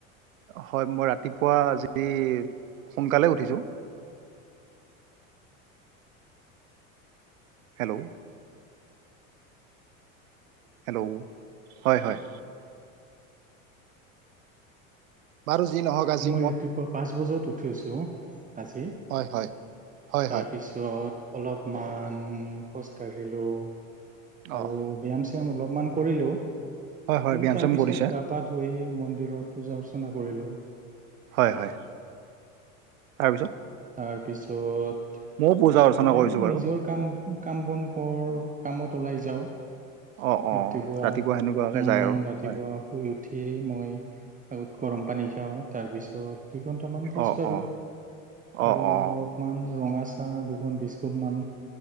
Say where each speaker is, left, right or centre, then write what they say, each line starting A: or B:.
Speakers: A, on the right; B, on the right.
A: হয়, মই ৰাতিপুৱা আজি সোনকালে উঠিছোঁ। হেল্ল', হেল্ল', হয়-হয়। বাৰু যি নহওক আজি
B: মই ৰাতিপুৱা পাঁচ বজাত উঠ উঠিছোঁ আজি।
A: হয় হয় হয়
B: তাৰপিছত
A: হয়
B: অলপমান খোজকাঢ়িলোঁ আৰু
A: অঁ
B: ব্যায়াম চায়াম অলপ মান কৰিলোঁ।
A: হয় হয়
B: আৰু
A: ব্যায়াম
B: তাৰ
A: চাম
B: পিছত
A: কৰিছে
B: গা-পা ধুই মন্দিৰ ঘৰত পূজা-অৰ্চনা কৰিলো।
A: হয়-হয়, তাৰপিছত?
B: তাৰপিছত,
A: ময়ো পূজা অৰ্চনা
B: অলপ
A: কৰিছোঁ বাৰু
B: নিজৰ কাম-কাম বন কৰ কামত ওলাই যাওঁ,
A: অ অ
B: ৰাতিপুৱা
A: সেনেকুৱাকে
B: উম,
A: যায় আৰু
B: ৰাতিপুৱা
A: হয়
B: শুই উঠি। সিয়েই মই আগত গৰম পানী খাওঁ। তাৰপিছত দুই ঘন্টামান খোজ
A: অ
B: কাঢ়োঁ
A: অ অ
B: আৰু
A: অ
B: অলপমান ৰঙা চাহ, দুখন বিস্কুটমান।